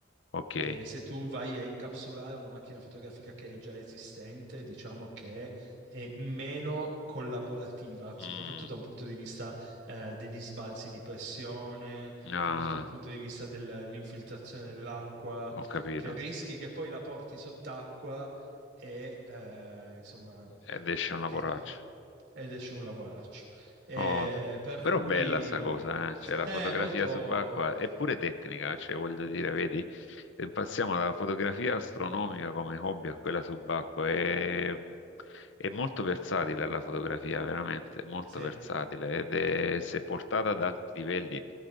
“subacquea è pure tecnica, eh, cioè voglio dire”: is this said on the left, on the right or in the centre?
Left